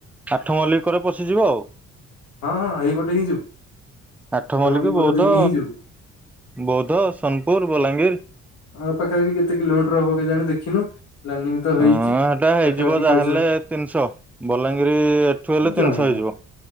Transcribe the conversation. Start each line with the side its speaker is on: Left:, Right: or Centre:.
Centre: ଆଠ ମଲ୍ଲ କରେ ପଶିଯିବ ଆଉ।
Left: ହଁ ହଁ ଏଇପଟେ ହିଁ ଯିବୁ।
Centre: ଆଠ
Left: ଆଠମଲ୍ଲିକ
Centre: ମଲ୍ଲିକ ବୌଦ୍ଧ,
Left: ପଟ ଦେଇକି ହିଁ ଯିବୁ
Centre: ବୌଦ୍ଧ, ସୋନପୁର, ବଲାଙ୍ଗୀର।
Left: ଆ ପାଖାପାଖି କେତେ କିଲୋମିଟର ହବ କେ ଜାଣି ଦେଖିନୁ ପ୍ଲାନିଂ। ତ ହେଇଛି।
Centre: ହଁ ସେଟା ହେଇଯିବ
Left: ପାଖାପାଖି
Centre: ଯାହେଲେ
Left: କହିଛନ୍ତି
Centre: ତିନିଶହ ବଲାଙ୍ଗୀର ଏଠୁ ଗଲେ
Left: ଜମା
Centre: ତିନିଶହ ହେଇଯିବ